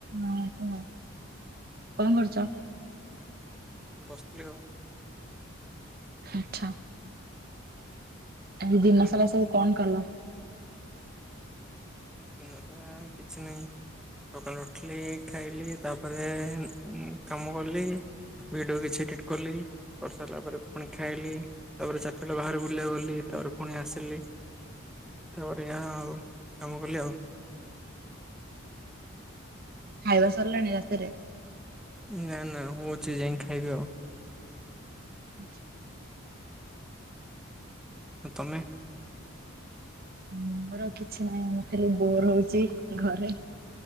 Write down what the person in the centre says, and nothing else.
ବସିଥିଲି ଆଉ।
ତୁମେ?
ଦିନସାରା କିଛି ନାହିଁ। ସକାଳୁ ଉଠିଲି ଖାଇଲି ତାପରେ କାମ କଲି। ଭିଡିଓ କିଛି ଏଡିଟ୍ କଲି। କରି ସାରିଲା ପରେ ପୁଣି ଖାଇଲି, ତାପରେ ଚାରିଟା ବାହାରେ ବୁଲିବାକୁ ଗଲି ତାପରେ ପୁଣି ଆସିଲି। ତାପରେ ଏହା ଆଉ କାମ କଲି ଆଉ।
ନା ନା ହୋଉଚି ଯାଇକି ଖାଇବି ଆଉ।
ତମେ?